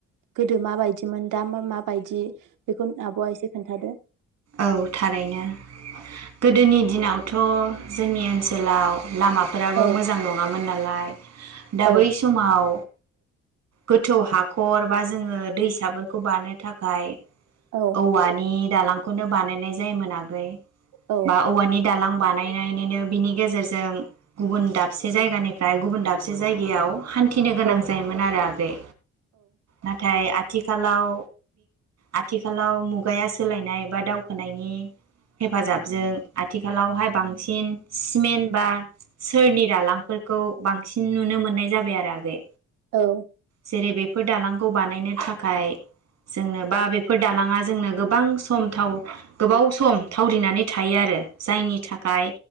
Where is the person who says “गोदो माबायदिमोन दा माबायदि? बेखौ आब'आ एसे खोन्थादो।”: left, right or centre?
Right